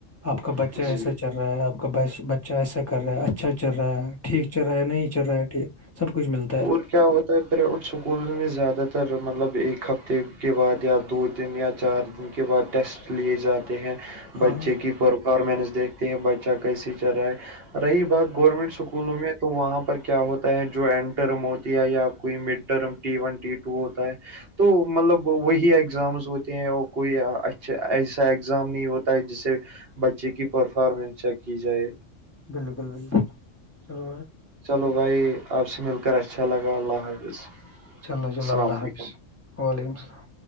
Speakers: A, on the left; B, on the right.
A: آپ کا بچہ
B: رہا جی
A: ایسا چل رہا ہے آپ کا بچہ ایسا کر رہا ہے اچھا چل رہا ہے ٹھیک چل رہا ہے نہیں چ رہا ٹھیک سب کچھ ملتا ہے
B: اور کیا ہوتا پریویٹ سکولوں میں زیادہ تر مطلب ایک ہفتے کےے بعد یا دو دن یا چار دن کے بعد ٹیسٹ لیے جاتے ہیں
A: ہاں
B: بچے کی پرفارمنس دیکھتے ہیں بچہ کیسے چل رہا ہے رہی بات گورنمنٹ اسکولوں میں تو وہاں پر کیا ہوتا ہے جو این ٹرم ہوتی ہے یا کوئی mid term T one T two ہوتا ہے تو مطلب وہی ایگزامز ہوتے ہیں اور کوئی اچھا ایسا ایگزام نہیں ہوتا ہے جسے بچے کی پرفارمنس چیک کی جائے
A: بالکل بالکل چلو
B: چلو بھائی آپ سے مل کر اچھا لگا اللہ حافظ
A: چلو چلو
B: السلام
A: اللہ
B: علیکم
A: حافظ وعلیکم السلام